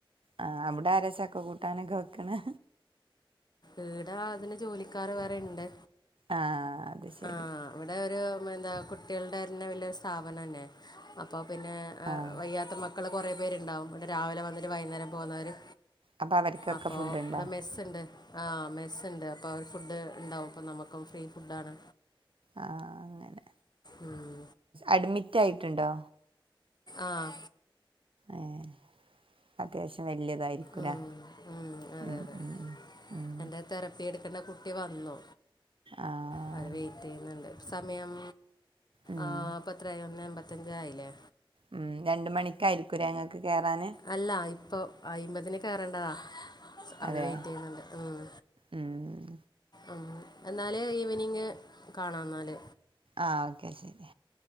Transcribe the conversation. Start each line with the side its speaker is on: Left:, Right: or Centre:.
Right: ആഹ് അവിടെ ആരാ ചക്ക കൂട്ടാനൊക്കെ വെക്കണ്
Left: ഈട അതിന് ജോലിക്കാർ വേറെ ഇണ്ട്
Right: ആഹ് ശരി
Left: ആഹ് ഇവിടെ ഒരു എന്താ കുട്ടികളുണ്ടായിരുന്ന വലിയൊരു സ്ഥാപനം തന്നെ അപ്പ അപ്പോ പിന്നെ
Right: ആഹ്
Left: വയ്യാത്ത മക്കൾ കുറേ പേരുണ്ടാവും ഇവിടെ രാവിലെ വന്നിട്ട് വൈകുന്നേരം പോകുന്നവര്
Right: അപ്പൊ അവർക്കൊക്കെ
Left: അപ്പൊ
Right: ഫുഡ് ഉണ്ടോ
Left: ഇവിടെ മെസ് ഉണ്ട് ആ മെസ്സ് ഉണ്ട് അപ്പോൾ അവര് ഫുഡ് ഉണ്ടാവും അപ്പം നമുക്കും ഫ്രീ ഫുഡ് ആണ്
Right: ആഹ് അങ്ങനെ
Left: ഉം.
Right: അഡ്മിറ്റ് ആയിട്ടുണ്ടോ
Left: ആഹ്
Right: ഏഹ് അത്യാവശ്യം വലിയതായിരിക്കുലെ
Left: ഉം, ഉം, അതെ
Right: ഉം
Left: അതെ
Right: ഉം ഉം
Left: എൻ്റെ തെറപ്പി എടുക്കേണ്ട കുട്ടി വന്നു
Right: ആഹ്
Left: അവർ വെയിറ്റ് ചെയ്യുന്നുണ്ട് സമയം
Right: ഉം
Left: ആഹ് ഇപ്പോ എത്ര ആയി ഒന്ന് എൺമ്പത്തഞ്ച് ആയില്ലേ
Right: ഉം രണ്ട് മണിക്കായിരിക്കുംലെ ഇങ്ങക്ക് കെറാൻ
Left: അല്ല ഇപ്പൊ അയിമ്പതിന് കയറേണ്ടതാ അവിര്
Right: അതെ
Left: വെയിറ്റ് ചെയ്യുന്നുണ്ട് ഉം
Right: ഉം
Left: ഉം എന്നാല് ഈവെനിംഗ് കാണാം ന്നാല്
Right: ആഹ് ഓക്കെ ശരി